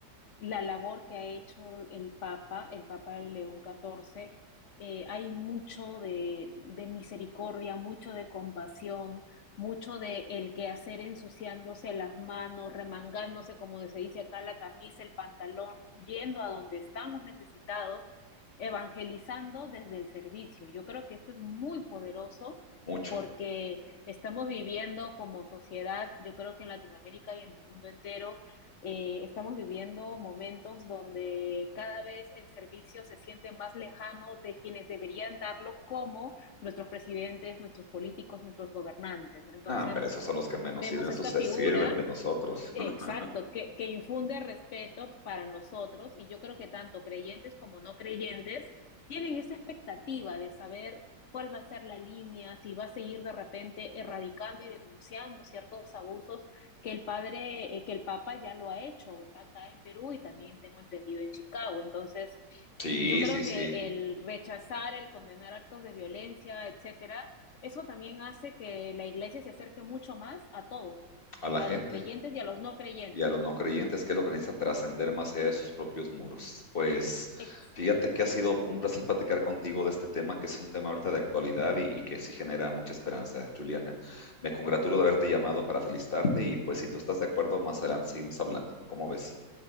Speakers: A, on the left (about 65°); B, on the left (about 30°).
A: la labor que ha hecho el Papa, el Papa León XIV, eh, hay mucho de, de, misericordia, mucho de compasión, mucho de el quehacer ensuciándose las manos, remangándose, como se dice acá, la camisa, el pantalón, yendo a donde estamos necesitados, evangelizando desde el servicio. Yo creo que esto es muy poderoso
B: mucho.
A: porque estamos viviendo como sociedad, yo creo que en Latinoamérica y en el mundo entero, eh, estamos viviendo momentos donde cada vez el servicio se siente más lejano de quienes deberían darlo, como nuestros presidentes, nuestros políticos, nuestros gobernantes. Entonces,
B: Ah, pero esos son los que menos
A: vemos
B: sirven, esos
A: esta
B: se
A: figura
B: sirven de nosotros.
A: Exacto,
B: <laughs>
A: que, que infunde respeto para nosotros y yo creo que tanto creyentes como no creyentes tienen esa expectativa de saber cuál va a ser la línea, si va a seguir de repente erradicando y denunciando ciertos abusos que el padre, eh, que el Papa ya lo ha hecho acá en Perú y también tengo entendido en Chicago. Entonces,
B: Sí,
A: yo creo
B: sí, sí,
A: que el rechazar, el condenar actos de violencia, etcétera, eso también hace que la iglesia se acerque mucho más a todos,
B: a la
A: a
B: gente.
A: los creyentes y a los no creyentes,
B: y a los
A: ¿no?
B: no creyentes, que lo que necesita trascender más allá de sus propios muros. Pues
A: Exacto.
B: fíjate que ha sido un placer platicar contigo de este tema, que es un tema ahorita de actualidad y, y que sí genera mucha esperanza, Juliana. Me congratulo de haberte llamado para felicitarte y pues si tú estás de acuerdo, más adelante seguimos hablando. ¿Cómo ves?